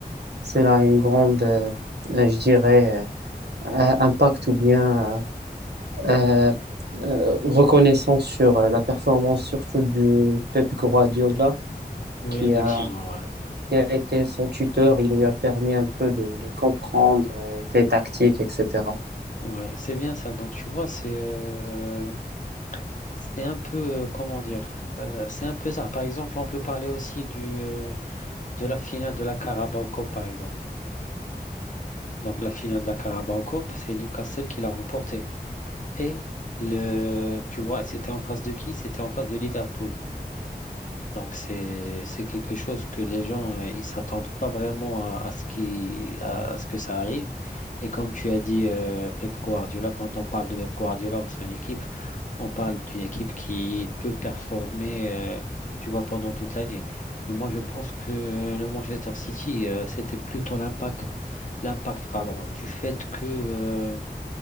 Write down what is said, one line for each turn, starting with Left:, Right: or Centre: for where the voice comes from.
Right: cela a une grande, euh, euh, je dirais, euh, euh, impact ou bien euh, euh, reconnaissance sur euh, la performance surtout du Pep Guardiola
Left: Oui,
Right: qui
Left: effectivement,
Right: a
Left: ouais.
Right: qui a été son tuteur, il lui a permis un peu de, de comprendre euh, les tactiques, etc.
Left: Ouais, c'est bien ça. Donc, tu vois, c'est... euh, C'est un peu, euh, comment dire, euh, c'est un peu ça. Par exemple, on peut parler aussi du, euh, de la finale de la Carabao Cup, par exemple. Donc, la finale de la Carabao Cup, c'est Newcastle qui l'a remportée. Et, le, tu vois, c'était en face de qui? C'était en face de Liverpool. Donc c'est c'est quelque chose que les gens euh, ils s'attendent pas vraiment à, à ce qui à, à ce que ça arrive. Et comme tu as dit euh, Pep Guardiola, quand on parle de Pep Guardiola en son équipe, on parle d'une équipe qui peut performer euh, tu vois pendant toute l'année. Mais moi je pense que le Manchester City euh, c'était plutôt l'impact l'impact pardon du fait que euh,